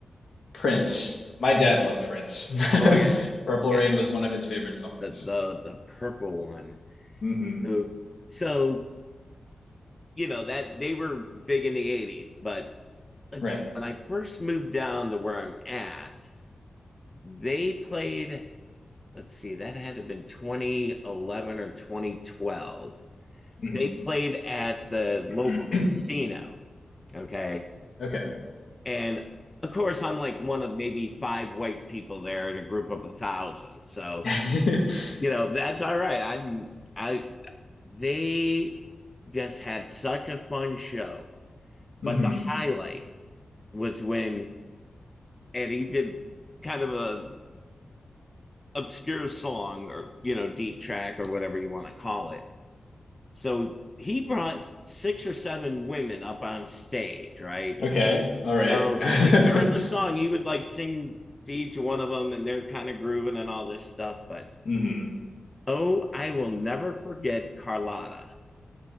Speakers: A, on the left (about 65°); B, on the left (about 20°).
A: Prince. My dad loved Prince.
B: Oh yeah.
A: <laughs> Purple
B: Yeah.
A: Rain was one of his favorite songs.
B: The the the purple one.
A: hmm
B: So so you know that they were big in the 80s but let's
A: Right.
B: see, when i first moved down to where i'm at they played let's see that had to have been 2011 or 2012
A: hmm
B: they played at the
A: <clears throat>
B: local casino okay
A: Okay.
B: and of course i'm like one of maybe five white people there in a group of a thousand so
A: <laughs>
B: you know that's all right i'm i they just had such a fun show
A: hmm
B: but the highlight was when and he did kind of a obscure song or you know deep track or whatever you want to call it. So he brought six or seven women up on stage, right?
A: Okay. All right.
B: So
A: <laughs>
B: like, during the song, he would like sing to each one of them, and they're kind of grooving and all this stuff. But
A: hmm
B: oh, I will never forget Carlotta.